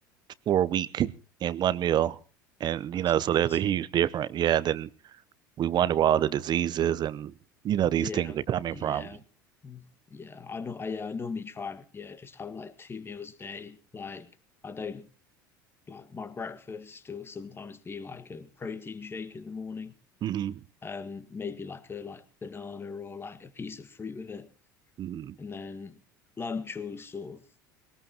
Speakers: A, on the right; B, on the left.
A: for a week in one meal. And,
B: That's
A: you know, so
B: crazy.
A: there's a huge difference. Yeah, then we wonder where all the diseases and, you know,
B: Yeah,
A: these things are coming
B: yeah,
A: from.
B: yeah. I know. I, yeah, I normally try and yeah, just have like two meals a day. Like I don't like my breakfast will sometimes be like a protein shake in the morning,
A: hmm
B: um, maybe like a like banana or like a piece of fruit with it,
A: hmm
B: and then lunch will sort of